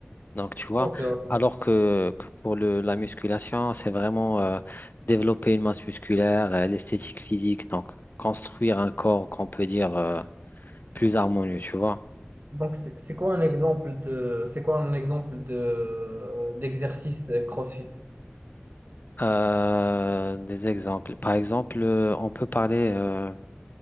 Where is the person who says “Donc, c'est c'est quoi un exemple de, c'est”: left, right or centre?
Right